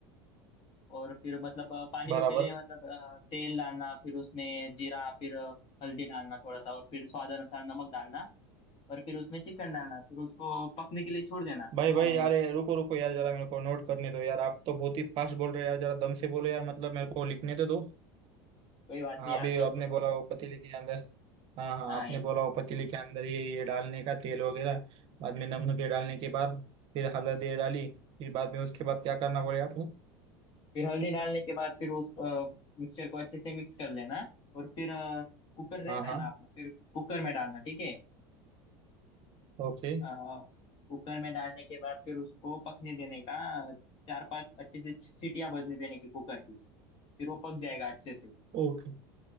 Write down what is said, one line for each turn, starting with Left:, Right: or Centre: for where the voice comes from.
Left: और फिर मतलब अ, पानी
Right: बराबर
Left: में पहले मतलब अ, तेल डालना फिर उसमें जीरा फिर अ, हल्दी डालना थोड़ा सा और फिर स्वाद अनुसार नमक डालना और फिर उसमें चिकन डालना फिर उसको पकने के लिए छोड़ देना
Right: भाई भाई
Left: हाँ
Right: यार ये रुको रुको यार जरा मेरे को नोट करने दो यार आप तो बहुत ही फास्ट बोल रहे हो यार जरा दम से बोलो यार मतलब मेरे को लिखने तो दो
Left: कोई बात
Right: हाँ
Left: नहीं यार
Right: अभी
Left: कर
Right: आपने
Left: लो
Right: बोला
Left: नोट
Right: वो पतीले के अंदर हाँ हाँ
Left: हाँ
Right: आपने
Left: ये चीज
Right: बोला वो पतीले
Left: बिल्कुल।
Right: के अंदर ये ये डालने का तेल वगैरह बाद में नमक ये डालने के बाद फिर हल्दी ये डाली फिर बाद में उसके बाद क्या करना बोले आप
Left: फिर हल्दी डालने के बाद फिर उस मिक्सचर को अच्छे से मिक्स कर लेना और फिर अ, कुकर रहता
Right: हाँ हाँ
Left: है ना अपना फिर कुकर में डालना ठीक है
Right: ओके
Left: अ, कुकर में डालने के बाद फिर उसको पकने देने का अ, चार पांच अच्छे से सीटियां बजने देने की कुकर की फिर वो पक जाएगा अच्छे से
Right: ओके